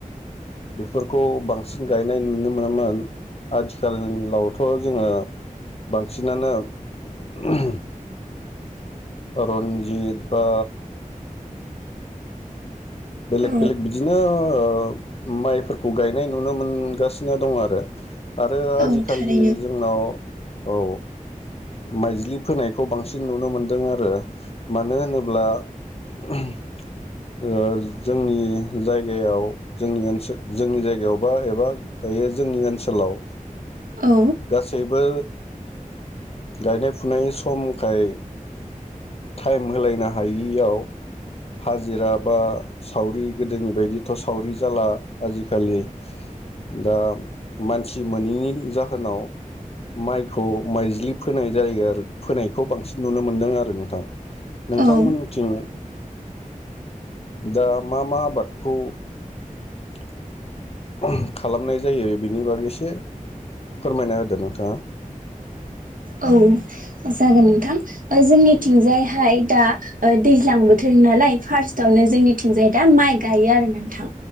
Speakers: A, on the left (about 45°); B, on the right (about 75°).
A: बेफोरखौ बांसिन गायनाय नुनो मोनोमोन आथिखालावथ' जोङो बांसिनानो <unintelligible> रन्जित बा बेलेग
B: औ
A: बेलेग बिदिनो ओ ओ माइफोरखौ गायनाय नुनो मोनगासिनो दङ आरो। आरो आजिखालि
B: औ थारैनो
A: जोंनाव औ माइज्लि फोनायखौ बांसिन नुनो मोन्दों आरो मानो होनोब्ला ओह्म। ओ जोंनि जायगायाव जोंनिओसोल जोंनि जायगायावबा एबा दायो जोंनि ओनसोलाव
B: औ
A: गासैबो गायनाय फुनाय समखाय टाइम होलायनो हायियाव हाजिरा बा सावरि गोदोनि बायदिथ' सावरि जाला आजिखालि दा मानसि मोनैनि जाहोनाव माइखौ माइज्लि फोनाय जायो आरो फोनायखौ बांसिन नुनो मोनदों आरो नोंथां। नोंथांमोननिथिं
B: औ
A: दा मा मा आबादखौ <unintelligible> ओह्म खालामनाय जायो? बिनि बागै एसे फोरमायना होदो नोंथाङा
B: औ जागोन नोंथां जोंनिथिंजायहाय दा ओ दैज्लां बोथोर नालाय फार्स्टआवनो जोंनिथिंजाय दा माइ गायो आरो नोंथां।